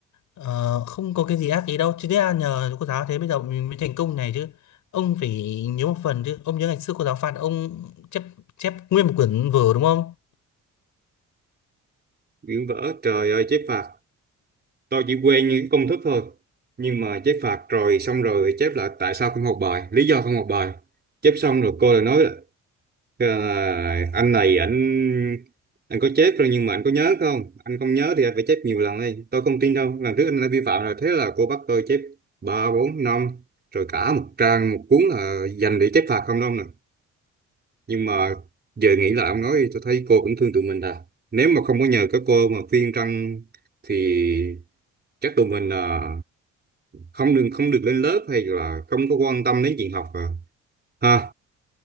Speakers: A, on the left; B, on the right.
A: Ờ, không có cái gì ác ý đâu. Chứ thế là nhờ cô giáo thế bây giờ mình mới thành công này chứ. Ông phải nhớ một phần chứ. Ông nhớ ngày xưa cô giáo phạt ông chép chép nguyên một quyển vở đúng không?
B: biển vỡ trời ơi chép phạt tôi chỉ quen những công thức thôi nhưng mà chép phạt rồi xong rồi chép lại tại sao không học bài lý do không học bài chép xong rồi cô lại nói Ờ, anh này anh anh có chết rồi nhưng mà anh có nhớ không anh không nhớ thì anh phải chép nhiều lần đây tôi không tin đâu lần trước anh đã vi phạm rồi thế là cô bắt tôi chép ba bốn năm rồi cả một trang một cuốn là dành để chép phạt không đâu nè nhưng mà giờ nghĩ lại ông nói thì tôi thấy cô cũng thương tụi mình à nếu mà không có nhờ các cô mà khuyên răn thì chắc tụi mình là không được không được lên lớp hay là không có quan tâm đến chuyện học à ha